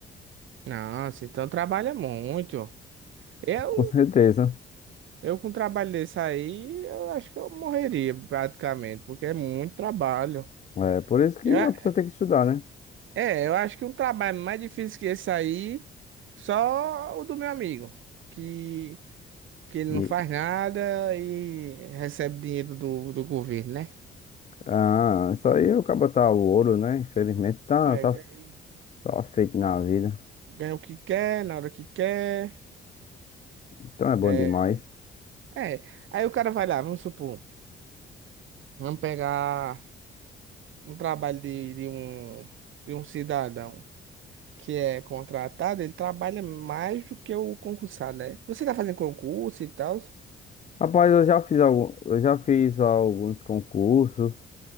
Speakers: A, on the right (about 80°); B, on the left (about 35°).
A: Nossa, então trabalha muito. Eu,
B: <laughs> Com certeza.
A: eu com um trabalho desse aí, eu acho que eu morreria praticamente, porque é muito trabalho.
B: É por isso que
A: Eu a-
B: a pessoa tem que estudar, né?
A: é, eu acho que um trabalho mais difícil que esse aí, só o do meu amigo, que que ele não
B: E,
A: faz nada e recebe dinheiro do, do governo, né?
B: ah, isso aí o cabo tá o ouro, né? Infelizmente tá,
A: É,
B: tá,
A: ganha,
B: tá feito na vida.
A: ganha o que quer, na hora que quer.
B: Então é bom
A: É,
B: demais.
A: é. Aí o cara vai lá, vamos supor, vamos pegar um trabalho de, de um, de um cidadão que é contratado, ele trabalha mais do que o concursado, né? Você tá fazendo concurso e tal.
B: Rapaz, eu já fiz algum, eu já fiz alguns concursos,